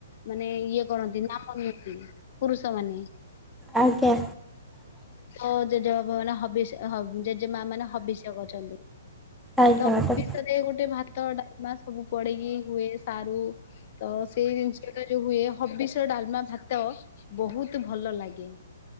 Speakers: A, on the left; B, in the centre.
A: ମାନେ ଇଏ କରଣନ୍ତି ନାମ ନିଅନ୍ତି ପୁରୁଷମାନେ।
B: ଆଜ୍ଞା।
A: ମୋ ଜେଜେ ବାପା ମାନେ ହବିଷ ଜେଜେ ମା ମାନେ ହବିଷ୍ୟ କରୁଛନ୍ତି।
B: ଆଜ୍ଞା
A: ତ
B: ମ୍ୟାଡ଼ାମ
A: ହବିଷରେ ଗୋଟେ ଭାତ ଡାଲମା ସବୁ ପଡେଇକି ହୁଏ ସାରୁ ତ ସେଇ ଜିନିଷ ଟା ଯୋଉ ହୁଏ। ହବିଷ ଡାଲମା ଭାତ ବହୁତ ଭଲ ଲାଗେ,